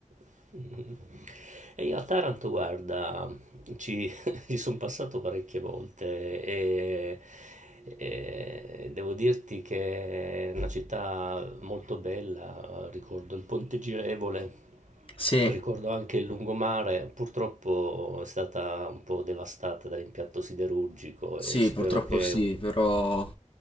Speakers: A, on the right; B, on the left.
A: <laughs> Mhm. E io a Taranto, guarda, ci, <laughs> ci sono passato parecchie volte e, e devo dirti che è una città molto bella, ricordo il Ponte Girevole,
B: sì,
A: Ricordo anche il lungomare, purtroppo è stata un po' devastata dall'impianto siderurgico
B: sì,
A: e spero
B: purtroppo
A: che
B: sì,
A: un,
B: però